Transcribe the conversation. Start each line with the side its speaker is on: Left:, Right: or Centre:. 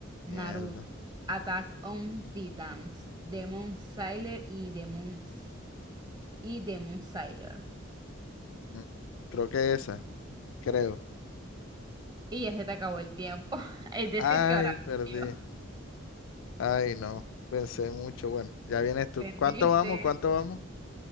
Right: Naruto,
Left: Mierda.
Right: Attack on Titans, Demon Slayer y Demon, S- y Demon Slayer.
Left: Mm, Creo que esa, creo.
Right: Y ya se te acabó el tiempo. <laughs> Es decir,
Left: Ay,
Right: que ahora
Left: perdí.
Right: yo
Left: Ay, no. Pensé mucho. Bueno, ya vienes tú.
Right: perdiste.
Left: ¿Cuánto vamos? ¿Cuánto vamos?